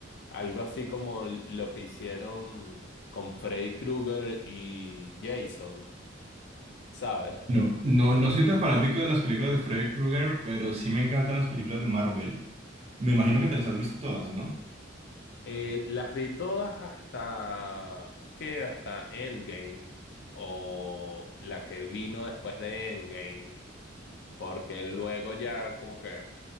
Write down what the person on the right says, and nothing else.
No, no, no soy tan fanático de las películas de Freddy Krueger, pero sí me encantan las películas de Marvel. Me imagino que te las has visto todas, ¿no?